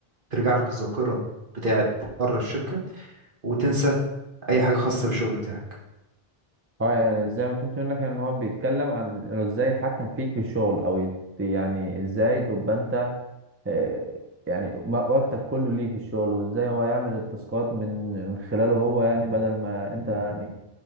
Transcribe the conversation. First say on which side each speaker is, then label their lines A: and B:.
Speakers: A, on the right; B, on the right.
A: ترجع لك الذاكرة بتاعت بره الشركة وتنسى أي حاجة خاصة بالشغل بتاعك
B: هو يعني زي ما فهمت منك يعني ان هو بيتكلم عن انه ازاي يتحكم فيك في الشغل او يت- يعني ازاي تبقى انت آه، يعني ما- وقتك كله ليه في الشغل وازاي هو يعمل التاسكات من من خلاله هو يعني بدل ما انت يعني